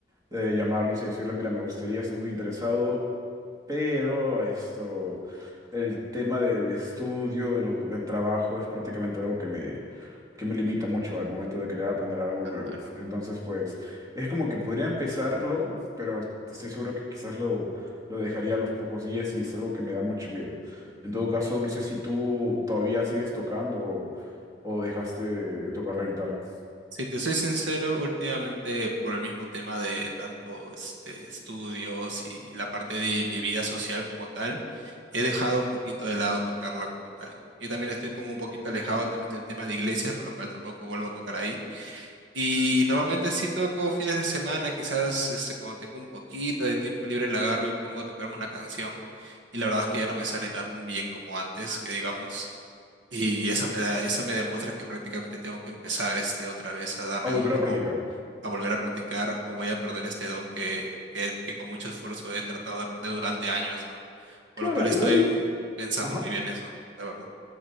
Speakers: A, on the right; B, on the right.
A: de llamarlos y decirle, mira, me gustaría, estoy muy interesado, pero esto, el tema del estudio, de los- del trabajo es prácticamente algo que me, que me limita mucho al momento de querer aprender algo
B: Ah,
A: nuevo.
B: no.
A: Entonces, pues, es como que podría empezarlo, pero estoy seguro que quizás lo, lo dejaría a los pocos días y es algo que me da mucho miedo. En todo caso, no sé si tú todavía sigues tocando o, o dejaste de tocar la guitarra.
B: Si te soy sincero, últimamente por el mismo tema de tanto este, estudios y la parte de mi vida social como tal, he dejado un poquito de lado tocarla como tal. Yo también estoy como un poquito alejado también del tema de iglesias, por lo cual tampoco vuelvo a tocar ahí. Y normalmente sí toco fines de semana, quizás este, cuando tengo un poquito de tiempo libre la agarro y pongo a tocarme una canción. Y la verdad es que ya no me sale tan bien como antes, que digamos. Y
A: Ujú.
B: eso me da, eso me demuestra que prácticamente tengo que empezar este otra vez a darle
A: a volver
B: duro
A: a practicar.
B: o a volver a practicar o voy a perder este don que, que, que con mucho esfuerzo he tratado de aprender durante años, ¿no?
A: Claro,
B: Por lo cual estoy
A: igual,
B: pensando
A: ajá,
B: muy bien eso, la verdad.